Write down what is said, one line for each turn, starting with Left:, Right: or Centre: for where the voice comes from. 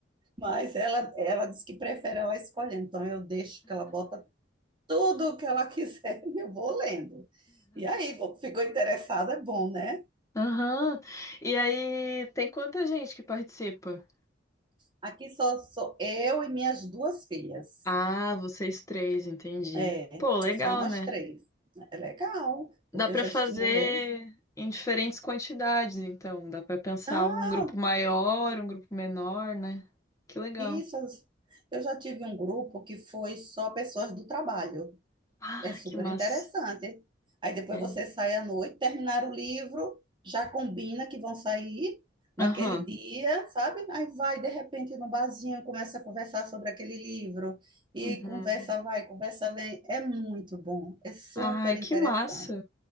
Right: Mas ela, ela diz que prefere ela escolher, então eu deixo que ela bota tudo o que ela <laughs> quiser e eu vou lendo. E aí, vou- ficou interessada, é bom, né?
Left: Aham. E aí, tem quanta gente que participa?
Right: Aqui só sou eu e minhas duas filhas.
Left: Ah, vocês três, entendi.
Right: É,
Left: Pô, legal,
Right: só nós
Left: né?
Right: três. É legal, porque
Left: Dá para
Right: eu já
Left: fazer
Right: estimulei.
Left: em diferentes quantidades, então. Dá para pensar
Right: Ah,
Left: um grupo
Right: Tá
Left: maior, um grupo menor, né? Que legal.
Right: Isso, eu já tive um grupo que foi só pessoas do trabalho.
Left: Ah,
Right: É super
Left: que massa.
Right: interessante. Aí depois
Left: É.
Right: você sai à noite, terminar o livro, já combina que vão sair naquele
Left: Aham.
Right: dia, sabe? Aí vai de repente no barzinho, começa a conversar sobre aquele livro e
Left: Uhum.
Right: conversa vai, conversa vem. É muito bom, é super
Left: Ai,
Right: interessante.
Left: que massa.